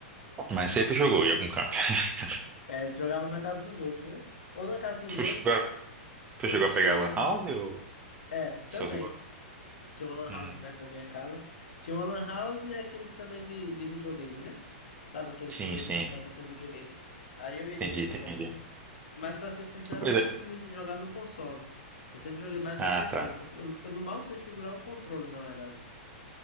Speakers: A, on the right (about 20°); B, on the left (about 65°).
A: mas sempre jogou em algum canto. <laughs>
B: É, você jogava na casa dos outros, né? Ou na casa dos
A: Tu
B: outros,
A: chegou, a- tu
B: ou
A: chegou
B: tinha.
A: a pegar a Lan House ou...
B: É, também.
A: Essas lo-
B: Tinha uma lan
A: Hum,
B: house perto da minha casa. Tinha uma lan house e aqueles também de, de videogame, né? Sabe, aqueles
A: Sim,
B: que vendem
A: sim.
B: computador tem videogame. Aí eu ia
A: Entendi,
B: de vez
A: entendi.
B: em quando. Mas pra ser sincero,
A: Pois
B: eu nunca
A: é.
B: fui muito de jogar no console. Eu sempre joguei mais
A: Ah,
B: no PC,
A: tá.
B: porque eu, eu não mal sei segurar um controle, na verdade.